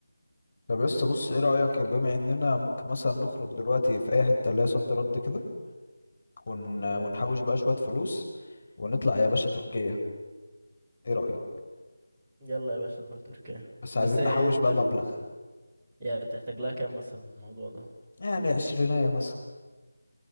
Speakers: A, on the left (about 50°); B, on the right (about 20°).
A: طب يس بص ايه رايك بما اننا ممكن مثلا نخرج دلوقتي في اي حته اللي هي صد رد كده ون...
B: مم.
A: ونحوش بقى شويه فلوس ونطلع يا باشا تركيا ايه رايك
B: يلا يا باشا نروح تركيا
A: بس عايزين
B: بس الدنيا
A: نحوش بقى مبلغ
B: يعني تحتاج لها كام مثلا الموضوع ده
A: يعني عشرينية مثلا